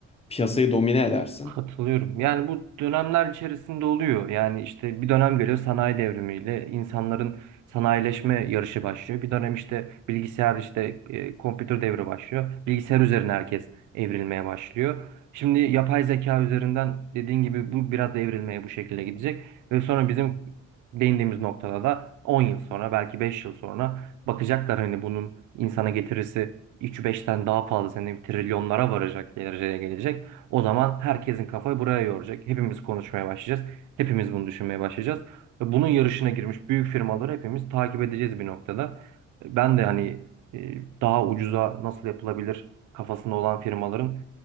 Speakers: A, on the left; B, on the right.
A: piyasayı domine edersin.
B: Katılıyorum. Yani bu dönemler içerisinde oluyor. Yani işte bir dönem geliyor sanayi devrimiyle insanların sanayileşme yarışı başlıyor. Bir dönem işte bilgisayar işte e, kompütür devri başlıyor. Bilgisayar üzerine herkes evrilmeye başlıyor. Şimdi yapay zeka üzerinden dediğin gibi bu biraz da evrilmeye bu şekilde gidecek. Ve sonra bizim değindiğimiz noktada da 10 yıl sonra belki 5 yıl sonra bakacaklar hani bunun insana getirisi 3-5'ten daha fazla sene trilyonlara varacak dereceye gelecek. O zaman herkesin kafayı buraya yoracak. Hepimiz konuşmaya başlayacağız. Hepimiz bunu düşünmeye başlayacağız. Ve bunun yarışına girmiş büyük firmaları hepimiz takip edeceğiz bir noktada. Ben de hani e, daha ucuza nasıl yapılabilir kafasında olan firmaların